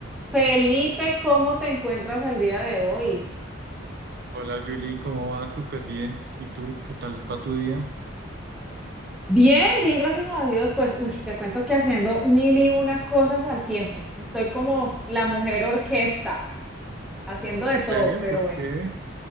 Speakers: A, in the centre; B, on the right.
A: Felipe, ¿cómo te encuentras el día de hoy?
B: Hola Julie, ¿cómo va? Súper bien. ¿Y tú? ¿Qué tal va tu día?
A: Bien, bien, gracias a Dios. Pues, uy, te cuento que haciendo mil y una cosas al tiempo. Estoy como la mujer orquesta, haciendo
B: ¿En
A: de todo,
B: serio?
A: pero
B: ¿Por
A: bueno.
B: qué?